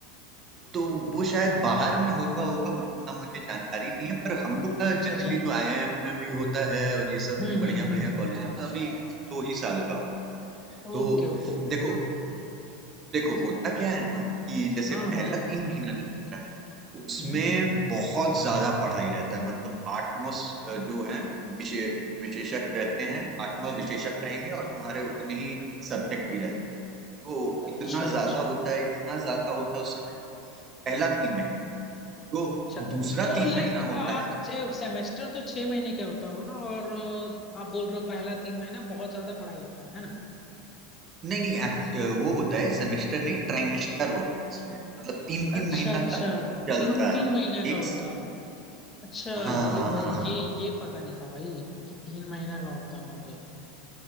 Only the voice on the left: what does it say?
अच्छा अच्छा
हम्म
हम्म
हम्म
हम्म
Okay okay okay
हाँ हाँ
हाँ
हम्म
अच्छा
अच्छा
अच्छा
तो
लाइक
आप
सेमेस्टर तो छह महीने का होता होगा ना और अ, आप बोल रहे हो पहला तीन महीना बहुत ज्यादा पढ़ाई होता है है ना
अच्छा
अच्छा
तीन
तीन महीने का
होता है अच्छा
ये
भाई
ये ये पता नहीं था भाई कि तीन महीना का होता है वहां पे